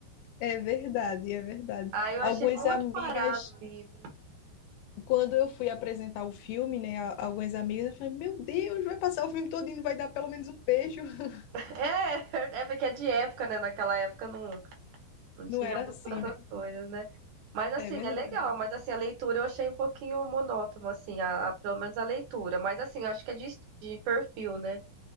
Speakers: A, on the left; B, on the right.
A: É verdade, é verdade.
B: Aí eu
A: Algumas
B: achei muito
A: amigas,
B: parado o livro.
A: quando eu fui apresentar o filme, né? a- Algumas amigas falaram, meu Deus, vai passar o filme todo e não vai dar pelo menos um beijo. <laughs>
B: <laughs> É, é porque é de época, né? Naquela época não. Não tinha
A: Não era
B: muito
A: assim,
B: essas
A: né?
B: coisas, né. Mas assim,
A: É verdade.
B: é legal, mas assim, a leitura eu achei um pouquinho monótono, assim, a a pelo menos a leitura. Mas assim, eu acho que é de de perfil, né.